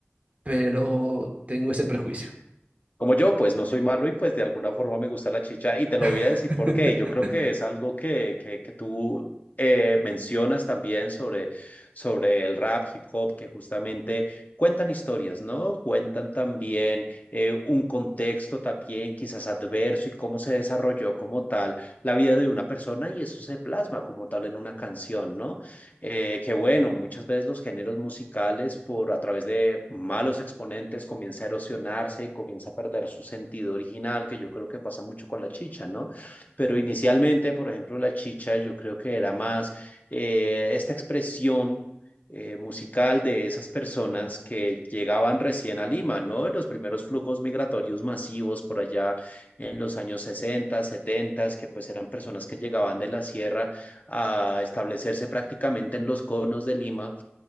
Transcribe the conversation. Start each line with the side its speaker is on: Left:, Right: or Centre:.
Right: pero tengo ese prejuicio.
Left: Como yo, pues no soy malo y pues de alguna forma me gusta la chicha y te lo voy
Right: <laughs>
Left: a decir por qué. Yo creo que es algo que, que, que tú eh, mencionas también sobre, sobre el rap, hip hop, que justamente cuentan historias, ¿no? Cuentan también eh, un contexto también quizás adverso y cómo se desarrolló como tal la vida de una persona y eso se plasma como tal en una canción, ¿no? eh, que bueno, muchas veces los géneros musicales por a través de malos exponentes comienza a erosionarse y comienza a perder su sentido original, que yo creo que pasa mucho con la chicha, ¿no? Pero inicialmente, por ejemplo, la chicha yo creo que era más eh, esta expresión eh, musical de esas personas que llegaban recién a Lima, ¿no? En los primeros flujos migratorios masivos por allá en los años 60, 70, que pues eran personas que llegaban de la sierra a establecerse prácticamente en los conos de Lima,